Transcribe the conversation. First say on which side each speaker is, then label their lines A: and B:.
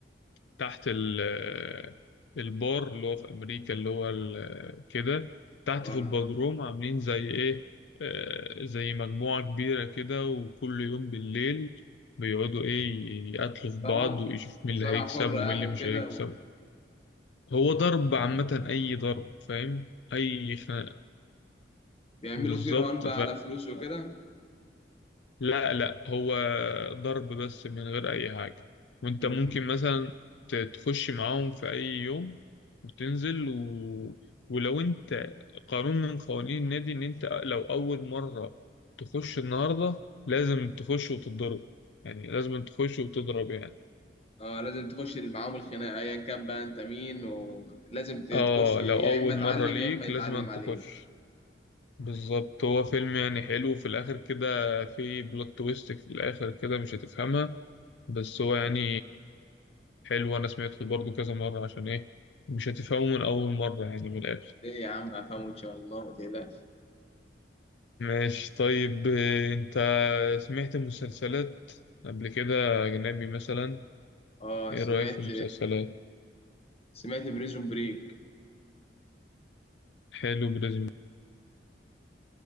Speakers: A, on the left; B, on the left.
A: تحت ال آه البار اللي هو في امريكا اللي هو ال- آه، كده تحت
B: آه،
A: في البدروم عاملين زي ايه آه زي مجموعة كبيرة كده وكل يوم بالليل بيقعدوا ايه يقتلوا في بعض
B: مصارعه
A: ويشوف مين
B: مصارعه
A: اللي هيكسب
B: حره
A: ومين
B: يعني
A: اللي مش
B: وكده
A: هيكسب
B: و-
A: هو ضرب عامة أي ضرب فاهم أي خناقة
B: بيعملوا
A: بالظبط
B: فيه رهان بقى على فلوس وكده
A: لا لا هو ضرب بس من غير أي حاجة وأنت
B: <laughs>
A: ممكن مثلا ت- تخش معاهم في أي يوم وتنزل و... ولو أنت قانون من قوانين النادي إن أنت لو أول مرة تخش النهاردة لازم تخش وتتضرب يعني لازم تخش وتضرب يعني
B: اه لازم تخش معاهم الخناقه ايا كان بقى انت مين ولازم ت-
A: اه
B: تخش يا
A: لو أول
B: اما اتعلم
A: مرة ليك
B: يا اما يتعلم
A: لازم
B: عليك
A: تخش بالظبط هو فيلم يعني حلو وفي الآخر كده في بلوت تويست في الآخر كده مش هتفهمها بس هو
B: آه.
A: يعني حلو أنا سمعته برضو كذا مرة عشان إيه مش هتفهمه من أول مرة يعني من الآخر
B: ايه يا عم افهمه ان شاء الله ما تقلقش
A: ماشي طيب آه، أنت سمعت مسلسلات قبل كده أجنبي مثلا
B: اه
A: إيه
B: سمعت
A: رأيك في المسلسلات؟
B: سمعت بريزون بريك
A: حلو بريزم